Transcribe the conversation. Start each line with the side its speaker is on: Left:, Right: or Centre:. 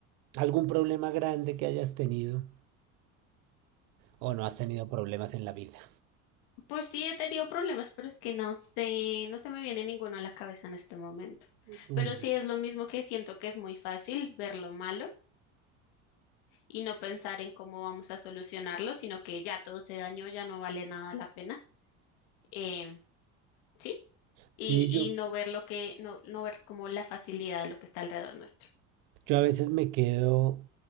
Right: ¿Algún problema grande que hayas tenido o no has tenido problemas en la vida?
Left: Pues sí, he tenido problemas, pero es que no sé, no se me viene ninguno a la cabeza en este momento.
Right: Mm.
Left: Pero sí es lo mismo que siento que es muy fácil ver lo malo y no pensar en cómo vamos a solucionarlo, sino que ya todo se dañó, ya no vale nada la pena. Eh, sí,
Right: Sí,
Left: y, y
Right: yo,
Left: no ver lo que, no, no ver como la facilidad de lo que está alrededor nuestro.
Right: Yo a veces me quedo